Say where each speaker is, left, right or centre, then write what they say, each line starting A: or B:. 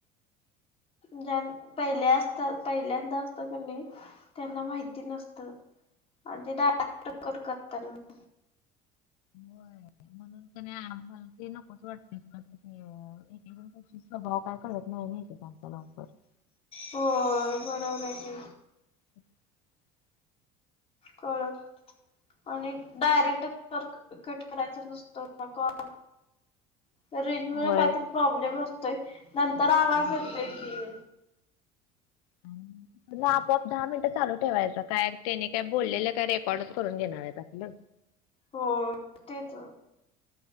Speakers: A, on the left (about 30°); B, on the left (about 85°).
A: ज्या पहिले असतात पहिल्यांदा असत कणी त्यांना माहिती नसत. आणि ते डायरेक्ट कट करतात मग,
B: होय. म्हणून कानी आम्हाला ते नकोच वाटतय कस ते एक एक जण कशी स्वभाव काय कळत नाही नी एकेकदा. <unintelligible>
A: हो बरोबर आहे की,
B: <inaudible>
A: कळत आणि डायरेक्ट क कट करायच नसतो ना कॉल. रेंज मुळ
B: होय.
A: काहीतरी प्रॉब्लेम असतोय नंतर आवाज येतोय की,
B: आणि म्हणल आपोआप दहा मिनट चालू ठेवायच काय त्याने काय बोललेल काय रेकॉर्डच करून घेणार आहेत आपल,
A: हो तेच,